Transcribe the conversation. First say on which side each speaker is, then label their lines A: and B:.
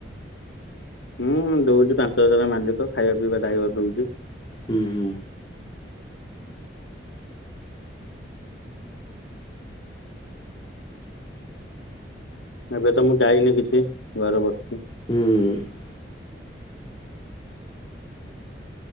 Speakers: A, on the left (about 80°); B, on the left (about 25°).
A: ହୁଁ ଦଉଚି ପାଞ୍ଚ ହଜାର ମାଲିକ ଖାଇବା ପିଇବା ଡାଇଭର ଦଉଚି।
B: ହୁଁ ହୁଁ।
A: ଏବେ ତ ମୁଁ ଡାଇନି କିଛି ଘରେ ବସିଚି।
B: ହୁଁ।